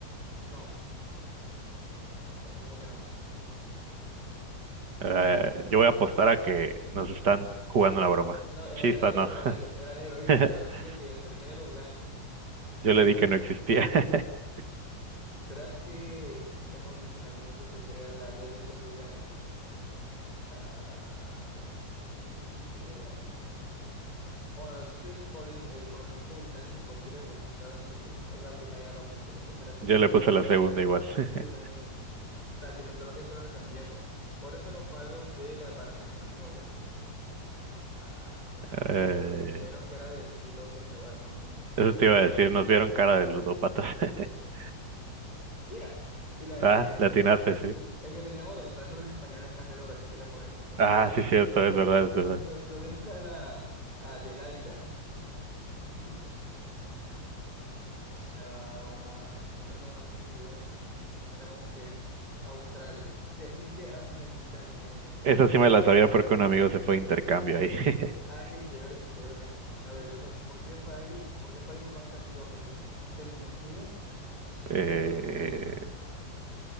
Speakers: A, on the left; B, on the right.
A: No, ¿cómo, cómo que no?
B: Eh, yo voy a apostar a que nos están jugando una broma.
A: No, era,
B: Chispa,
A: era negro,
B: no.
A: era negro, era negro, ¿viste?
B: <laughs>
A: Y Estaba pensando que entre negro o blanco.
B: Yo le di que no existía. <laughs>
A: Mm. Tras que acondicionamiento se crea la BBC británica. Ah, ni idea. Bueno, yo sé que el colin- el colonialismo británico imposible porque se tarda mucho tiempo. Era la Primera Guerra Mundial, yo puse la Segunda,
B: Yo le
A: ok.
B: puse la segunda igual.
A: Yo, ta-
B: <laughs>
A: yo también. O sea, yo pensaba que eso no era tan viejo. ¿Cuáles son los palos de la baraja española? Ah,
B: Eh,
A: y me me dieron cara de decir, este chaval, no, no, tampoco
B: eso
A: digo.
B: te iba a decir, nos vieron cara de ludópatas. <laughs>
A: Mira, y la
B: Ah,
A: atiné.
B: le atinaste, sí.
A: Es que tenía oro, tú sabes que a los españoles les encanta el oro, así que era por eso. Entonces,
B: Ah, sí,
A: <laughs>
B: cierto,
A: ¿dó-
B: es verdad, es verdad.
A: ¿dónde está la Adelaida? Hmm, ah, no tengo la mínima idea. Suena como que Australia. Y que, y que Afganistán, imagínate.
B: Esa sí me la sabía porque un amigo se fue a intercambio ahí. <laughs>
A: Ah, qué chévere, qué chévere. A ver, otro, que, ¿por qué país, por qué país no pasa el río Rina? No sé, dime tú. <laughs>
B: Eh,
A: Yo, yo no sé.